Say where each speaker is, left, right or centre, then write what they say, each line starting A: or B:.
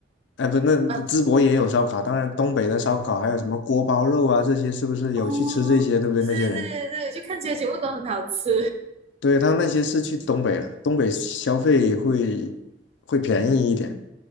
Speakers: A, on the left; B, on the right.
A: 哎，不，那淄博也有烧烤，
B: <laughs> 啊，
A: 当然东北的烧烤还有什么锅包肉啊，这些是不是有去吃这些，
B: 哦，
A: 对不对？
B: 对对对对，
A: 那些人，
B: 就看起来全部都很好吃，
A: 对，他那些是去东北了，东北消费会会便宜一点，